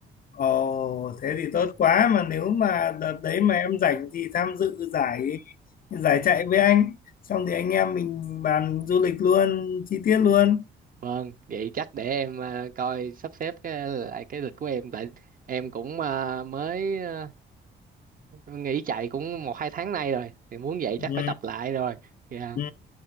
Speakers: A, on the left; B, on the right.
A: Ồ, thế thì tốt quá mà nếu mà đợt đấy mà em rảnh thì tham dự giải giải chạy với anh. Xong thì anh em mình bàn du lịch luôn, chi tiết luôn.
B: Vâng, vậy chắc để em ờ, coi sắp xếp cái, lại cái lịch của em. Tại em cũng ờ, mới ờ, nghỉ chạy cũng một hai tháng nay rồi. Thì muốn vậy chắc
A: Ừ.
B: phải tập lại rồi. Dạ,
A: ừ.